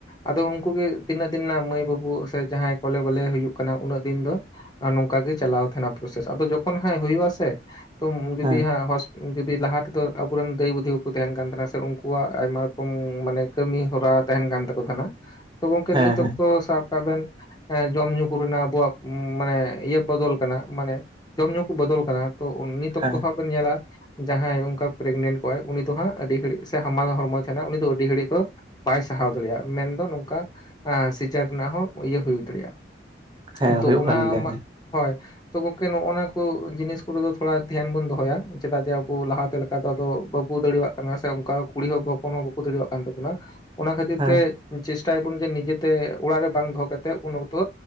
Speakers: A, on the left; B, on the right.
A: ᱟᱫᱚ ᱩᱱᱠᱩ ᱜᱮ ᱛᱤᱱᱟᱹᱜ ᱫᱤᱱ ᱱᱟ ᱢᱟᱹᱭ ᱵᱟᱹᱵᱩ ᱥᱮ ᱡᱟᱦᱟᱸᱭ ᱠᱚᱞᱮ ᱵᱟᱞᱮ ᱦᱩᱭᱩᱜ ᱠᱟᱱᱟ ᱩᱱᱟᱹᱜ ᱫᱤᱱ ᱫᱚ ᱱᱚᱝᱠᱟ ᱜᱮ ᱪᱟᱞᱟᱣ ᱛᱟᱦᱮᱸᱱᱟ ᱯᱨᱚᱥᱮᱥ ᱟᱫᱚ ᱡᱚᱠᱷᱚᱱ ᱦᱟᱸᱜ ᱦᱩᱭᱩᱜ ᱟ ᱥᱮ ᱛᱚ ᱡᱩᱫᱤ
B: ᱦᱮᱸ
A: ᱡᱩᱫᱤ ᱞᱟᱦᱟ ᱛᱮᱫᱚ ᱟᱵᱚᱨᱮᱱ ᱫᱟᱹᱭ ᱵᱩᱫᱷᱤ ᱠᱚ ᱠᱚ ᱛᱟᱦᱮᱱ ᱠᱟᱱ ᱛᱟᱦᱮᱱᱟ ᱥᱮ ᱩᱱᱠᱩᱣᱟᱜ ᱟᱭᱢᱟ ᱨᱚᱠᱚᱢ ᱢᱟᱱᱮ ᱠᱟᱹᱢᱤ ᱦᱚᱨᱟ ᱛᱟᱦᱮᱱ ᱠᱟᱱ ᱛᱟᱠᱚ ᱛᱟᱦᱮᱸᱱᱟ ᱛᱚ ᱜᱚᱢᱠᱮ
B: ᱦᱮᱸ
A: ᱱᱤᱛ
B: ᱦᱮᱸ
A: ᱚᱠᱛᱚ ᱥᱟᱵ ᱵᱮᱱ ᱡᱚᱢ ᱧᱩ ᱠᱚᱨᱮᱱᱟᱜ ᱟᱵᱚᱣᱟᱜ ᱢᱟᱱᱮ ᱤᱭᱟᱹ ᱵᱚᱫᱚᱞ ᱠᱟᱱᱟ ᱢᱟᱱᱮ ᱡᱚᱢ ᱧᱩ ᱠᱚ ᱵᱚᱫᱚᱞ ᱠᱟᱱᱟ ᱛᱚ ᱱᱤᱛ ᱚᱠᱛᱚ
B: ᱦᱮᱸ
A: ᱦᱟᱸᱜ ᱵᱮᱱ ᱧᱮᱞᱟ ᱡᱟᱦᱟᱸᱭ ᱚᱱᱠᱟ ᱯᱨᱮᱜᱱᱮᱱᱴ ᱠᱚᱣᱟᱭ ᱩᱱᱤ ᱫᱚ ᱦᱟᱸᱜ ᱟᱹᱰᱤ ᱜᱷᱟᱹᱲᱤᱡ ᱥᱮ ᱦᱟᱢᱟᱞ ᱦᱚᱲᱢᱚ ᱛᱟᱦᱮᱱᱟ ᱩᱱᱤ ᱫᱚ ᱟᱹᱰᱤ ᱜᱷᱟᱹᱲᱤᱡ ᱫᱚ ᱵᱟᱭ ᱥᱟᱦᱟᱣ ᱫᱟᱲᱮᱭᱟᱜᱼᱟ ᱢᱮᱱᱫᱚ ᱱᱚᱝᱠᱟ ᱥᱤᱡᱟᱨ ᱨᱮᱱᱟᱜ ᱦᱚᱸ ᱤᱭᱟᱹ ᱦᱩᱭ ᱫᱟᱲᱮᱭᱟᱜᱼᱟ
B: ᱦᱮᱸ
A: ᱛᱚ
B: ᱦᱩᱭᱩᱜ
A: ᱚᱱᱟ
B: ᱠᱟᱱ ᱜᱮᱭᱟ
A: ᱢᱟ
B: ᱦᱮᱸ
A: ᱦᱳᱭ ᱛᱚ ᱜᱚᱝᱠᱮ ᱱᱚᱜ ᱱᱚᱶᱟ ᱠᱚ ᱡᱤᱱᱤᱥ ᱠᱚᱨᱮ ᱛᱷᱚᱲᱟ ᱫᱷᱮᱭᱟᱱ ᱵᱚᱱ ᱫᱚᱦᱚᱭᱟ ᱪᱮᱫᱟᱜ ᱡᱮ ᱟᱵᱚ ᱞᱟᱦᱟᱛᱮ ᱞᱮᱠᱟ ᱫᱚ ᱟᱫᱚ ᱵᱟᱵᱚ ᱫᱟᱲᱭᱟᱜ ᱠᱟᱱᱟ ᱥᱮ ᱚᱱᱠᱟ ᱠᱩᱲᱤ ᱦᱚ ᱦᱚᱯᱚᱱ ᱦᱚᱸ ᱵᱟᱠᱚ ᱫᱟᱲᱩᱣᱟᱜ ᱠᱟᱱ ᱛᱟᱵᱚᱱᱟ ᱚᱱᱟ ᱠᱷᱟᱹᱛᱤᱨ
B: ᱦᱮᱸ
A: ᱛᱮ ᱪᱮᱥᱴᱟᱭᱟᱵᱚᱱ ᱡᱮ ᱱᱤᱡᱮᱛᱮ ᱚᱲᱟᱜ ᱨᱮ ᱵᱟᱝ ᱫᱚᱦᱚ ᱠᱟᱛᱮᱫ ᱩᱱ ᱚᱠᱛᱚ